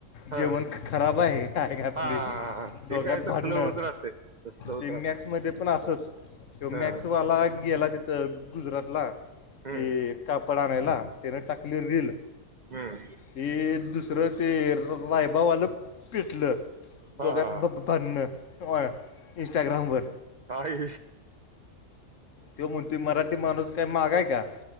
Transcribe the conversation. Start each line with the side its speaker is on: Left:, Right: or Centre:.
Right: हा
Left: जेवण खराब आहे आपली
Right: हा
Left: दोघांत
Right: ते काय
Left: भांडणं.
Right: तसलं होत राहते तसलं होत
Left: ते
Right: राहत
Left: मॅक्स मध्ये पण असंच त्यो मध्ये
Right: हा
Left: तू आला गेला तिथ गुजरातला
Right: हम्म
Left: ती कापड आणायला त्याने टाकली रील.
Right: हम्म
Left: हे दुसरं ते रायबावालं पेटलं. दोघांत
Right: हा हा
Left: भांडणं इंस्टाग्रामवर
Right: काय
Left: त्यो म्हणतो मराठी माणूस काय मागाय का